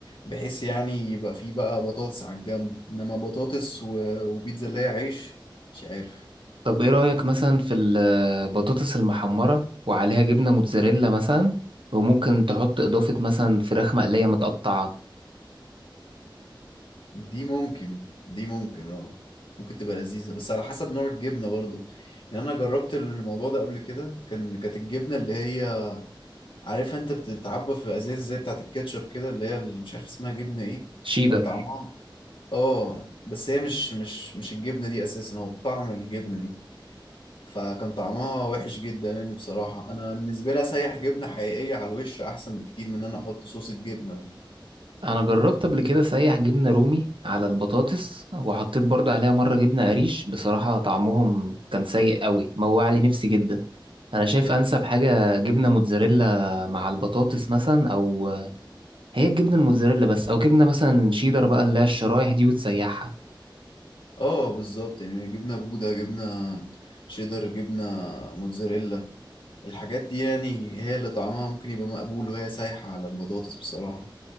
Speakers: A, on the left; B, on the right.
A: بحيث يعني يبقى في بقى بطاطس على الجنب انما بطاطس و- وبيتزا اللي هي عيش مش عارف
B: طب إيه رأيك مثلا في البطاطس المحمرة وعليها جبنة موتزاريلا مثلا وممكن تحط إضافة مثلا فراخ مقلية متقطعة
A: دي ممكن دي ممكن اه ممكن تبقى لذيذة بس على حسب نوع الجبنة برضو يعني انا جربت الموضوع ده قبل كده كان كانت الجبنة اللي هي عارف انت بتتعبى في ازاز زي بتاعت الكاتشب كده اللي هي اللي مش عارف اسمها جبنة ايه
B: شيدر
A: كان طعمها اه بس هي مش مش مش الجبنة دي اساسا هو طعم الجبنة دي فكان طعمها وحش جدا يعني بصراحة أنا بالنسبة لي أسيح جبنة حقيقية على الوش أحسن بكتير من إن أنا أحط صوص الجبنة
B: انا جربت قبل كده سايح جبنة رومي على البطاطس وحطيت برضو عليها مرة جبنة قريش بصراحة طعمهم كان سيء قوي موع لي نفسي جدا انا شايف
A: <laughs>
B: انسب حاجة جبنة موتزاريلا مع البطاطس مثلا او هي الجبنة الموتزاريلا بس او جبنة مثلا شيدر بقى اللي هي الشرايح دي وتسيحها
A: اه بالظبط يعني جبنة بودة جبنة شيدر جبنة موتزاريلا الحاجات دي يعني هي اللي طعمها ممكن يبقى مقبول وهي سايحة على البطاطس بصراحة